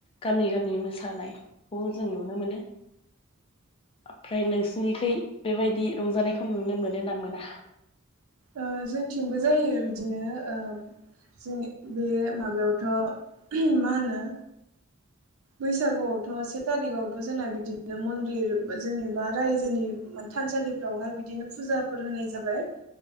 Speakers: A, on the left; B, on the right.
A: गामि गामि मोसानायखौ जों नुनो मोनो। आमफ्राय नोंसिनिखै बेबायदि रंजानायखौ नुनो मोनो ना मोना?
B: ओ जोंनिथिंबो जायो बिदिनो ।ओ जों बे माबायावथ' मा होनो बैसागुआवथ' से थारिखावथ' जोंना बिदिनो मन्दिर जेनेबा रायजोनि थानसालिफोरावहाय बिदिनो फुजाफोर होनाय जाबाय,